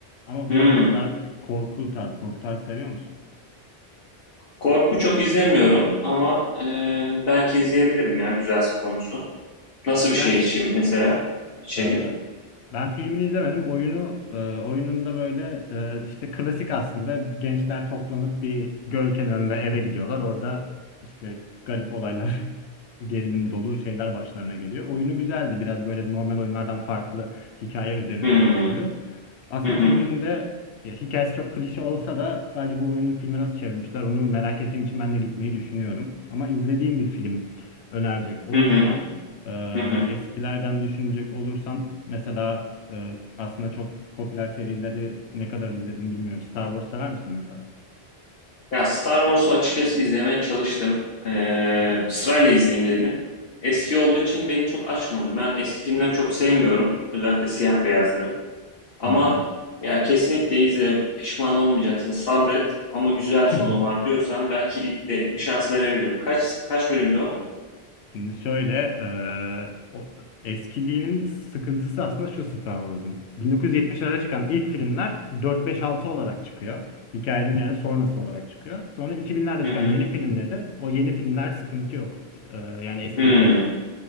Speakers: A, on the left; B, on the left.
A: Ama
B: Hmm,
A: biraz daha korku tarzı, korku tarzı seviyor musun?
B: korku çok izlemiyorum ama ee, belki izleyebilirim ya güzelse konusu. Nasıl bir şey
A: Yani
B: için mesela içeriği?
A: Ee, ben filmini izlemedim. Oyunu e, oyununda böyle e, işte klasik aslında gençler toplanıp bir göl kenarında eve gidiyorlar. Orada işte garip olaylar, <laughs> gerilim dolu şeyler başlarına geliyor. Oyunu güzeldi. Biraz böyle normal oyunlardan farklı hikaye üzerine
B: Hmm,
A: bir oyundu. Aslında
B: hı hı,
A: filminin de ya, hikayesi çok klişe olsa da sadece bu oyunun filme nasıl çevirmişler onu merak ettiğim için ben de gitmeyi düşünüyorum. Ama izlediğim bir film önerecek olursam
B: hı hı,
A: ee,
B: hı hı.
A: eskilerden düşünecek olursam mesela e, aslında çok popüler serileri ne kadar izledim bilmiyorum. Star Wars sever misin mesela?
B: Ya Star Wars'u açıkçası izlemeye çalıştım. Ee,
A: Aha.
B: sırayla izleyeyim dedim. Eski olduğu için beni çok açmadı. Ben eski filmleri çok sevmiyorum. Özellikle siyah beyazları. Ama
A: Hı hı.
B: ya kesinlikle izle. Pişman olmayacaksın. Sabret. Ama güzel
A: <laughs>
B: sonu var diyorsan belki de bir şans verebilirim. Kaç kaç bölümde o?
A: Şimdi şöyle e, o- eskiliğinin sıkıntısı aslında şu Star Wars'un. 1970'lerde çıkan ilk filmler 4-5-6 olarak çıkıyor. Hikayenin yani sonrası olarak çıkıyor. Sonra 2000'lerde
B: Hı
A: çıkan
B: hı.
A: yeni filmleri o yeni filmler sıkıntı yok. E, yani eskilik
B: Hı.
A: olarak.